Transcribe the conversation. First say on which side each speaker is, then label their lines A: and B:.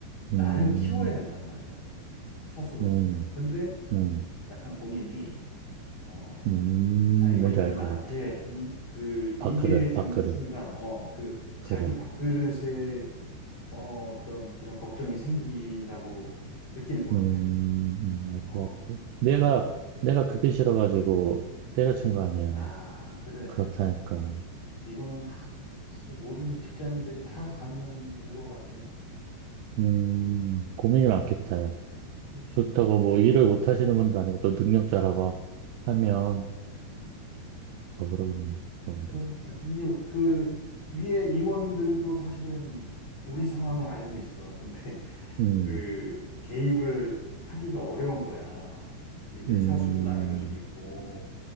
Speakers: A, on the left; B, on the right.
A: 나를
B: 음,
A: 키워야 된단 말이야. 사수로서.
B: 음,
A: 근데
B: 음,
A: 약간 본인이 어,
B: 음,
A: 자기가
B: 뭔지
A: 이거를
B: 알 것
A: 나한테
B: 같아.
A: 인, 그
B: 밥그릇,
A: 인계해 준
B: 밥그릇,
A: 순간, 어, 그
B: 그래.
A: 자기 밥그릇에 어, 어떤 그런 걱정이 생긴다고 느끼는 것
B: 음,
A: 같아.
B: 음, 알 것
A: 어,
B: 같아. 내가, 내가 그게 싫어가지고 때려친 거 아니야.
A: 아, 그래.
B: 그렇다니까.
A: 이거는 하, 진짜 모든 직장인들이 다 갖는 그거 같아.
B: 음,
A: 음,
B: 고민이 많겠다, 야.
A: 그렇지.
B: 그렇다고 뭐 일을 못 하시는 분도 아니고 또 능력자라고 하면
A: 음,
B: 더 그러겠네, 더 그래.
A: 그러니까 이제 그 위에 임원들도 사실은 우리 상황을 알고 있어. 근데
B: 음,
A: 그 개입을 하기가 어려운 거야. 이 내
B: 음,
A: 사수도 나이가 좀 있고